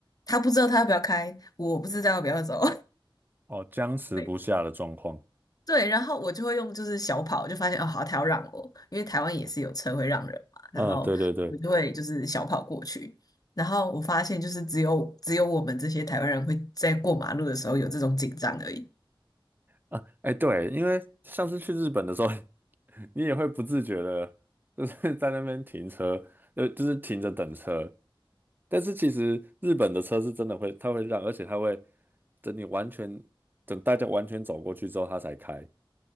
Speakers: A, on the left; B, on the right.
A: 他不知道他要不要开，我不知道要不要走。
B: 哦，僵持不下的状况。
A: <laughs> 对，然后我就会用就是小跑，就发现哦，好，他要让我，因为台湾也是有车会让人嘛，
B: 嗯，
A: 然后我就会就是小跑过去，
B: 对对对。
A: 然后我发现就是只有只有我们这些台湾人会在过马路的时候有这种紧张而已。
B: 啊，哎，对，因为上次去日本的时候，<laughs> 你也会不自觉的，就是在那边停车，呃，就是停着等车。但是其实日本的车是真的会，它会让，而且它会等你完全，等大家完全走过去之后，它才开。